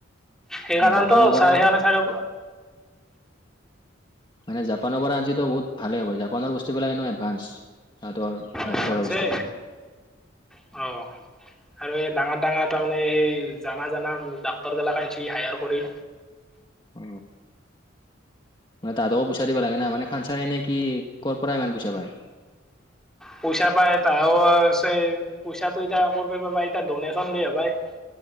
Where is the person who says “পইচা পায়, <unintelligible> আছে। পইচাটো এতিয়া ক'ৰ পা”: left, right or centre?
Centre